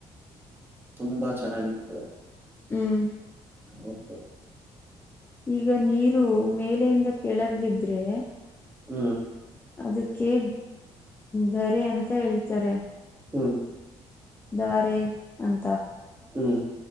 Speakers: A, on the right; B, on the left.
A: ತುಂಬಾ ಚೆನ್ನಾಗಿತ್ತು.
B: ಹ್ಮ್.
A: ಬಂತು.
B: ಈಗ ನೀರು ಮೇಲೆಯಿಂದ ಕೆಳಗ್ ಬಿದ್ರೆ
A: ಹ್ಮ್.
B: ಅದಕ್ಕೆ ಧರೆ ಅಂತ ಹೇಳ್ತಾರೆ.
A: ಹ್ಮ್.
B: ದಾರೆ ಅಂತ.
A: ಹ್ಮ್